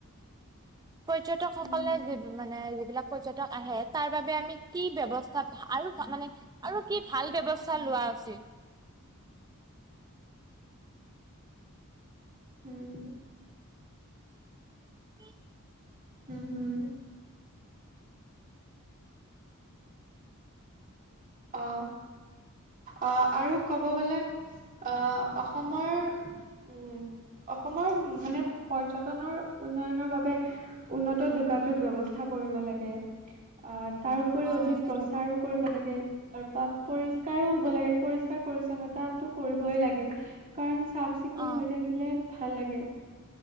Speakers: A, on the right; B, on the right.
A: পৰ্যটকসকলে
B: উম
A: যি মানে যিবিলাক পৰ্যটক আহে, তাৰ বাবে আমি কি ব্যৱস্থা আৰু মানে আৰু কি ভাল ব্যৱস্থা লোৱা উচিত?
B: উম।
A: <inaudible>
B: উম, উম। অ'। আহ, আৰু ক'ব গ'লে আহ, অসমৰ উম, অসমৰ মানে পৰ্যটনৰ উন্নয়নৰ বাবে উন্নত যোগাযোগ ব্যৱস্থা কৰিব লাগে। অ', তাৰ উপৰিও
A: অ
B: অধিক
A: সেইটোৱে
B: প্ৰচাৰো কৰিব লাগে। তাৰ পা পৰিষ্কাৰো হব লাগে, পৰিষ্কাৰ পৰিছন্নতাটো কৰিবই লাগে। কাৰণ চাফ-চিকুণ
A: অ
B: হৈ থাকিলে ভাল লাগে